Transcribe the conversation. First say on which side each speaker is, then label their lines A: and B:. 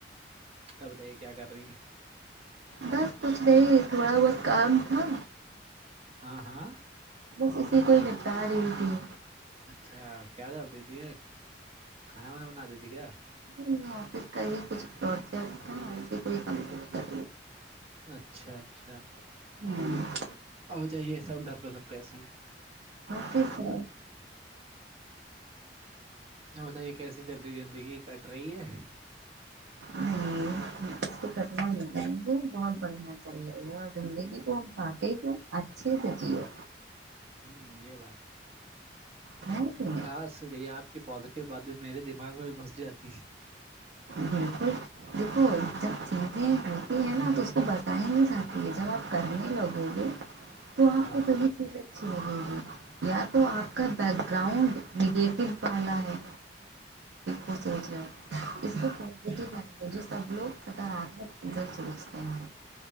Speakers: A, on the right (about 35°); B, on the right (about 75°).
A: اب بتائیے کیا کر رہی ہے
B: بس کچھ نہیں تھوڑا بہت کام تھا
A: ہاں ہاں
B: بس اسی کوئی نپٹا رہی ت ہیں
A: اچھا کیا کر دی تھی کھانا وانا بنا دی تھی کیا
B: نہیں نہیں آفس کا یہ کچھ پروجیکٹ تھا سے کوئی کمپلیٹ کر
A: اچھا اچھا
B: ہوں
A: اور جائیے سب گھر پہ سب کیسے ہیں
B: س س
A: نہیں بتائیے کیسی چل رہی زندگی کٹ رہی ہے
B: نہیں اس کو کٹیا نہیں جائیں گے بہت بڑھیا زندگی کو ہم کاٹے گ اچھے سے جیو
A: ہوں یہ بات تو
B: ہاں تو
A: ہاص یہ آپ کی پوازیٹیو باتیں میرے دماغ میں بھی گھس جاتی ہے
B: بالکل دیکھو چ بتے ہیں تو اس کو بتا ہی نہیں جاتی ہے جب آپ کرنے لگو گے تو آپ
A: ہاں
B: کو
A: ہاں
B: صی چیز اچھی لگے گی یا تو آپ کا بیک گراؤنڈ نگیٹو والا ہے بس اس کو پیو بن جو سب لوگ سکارمکل سوچتے ہیں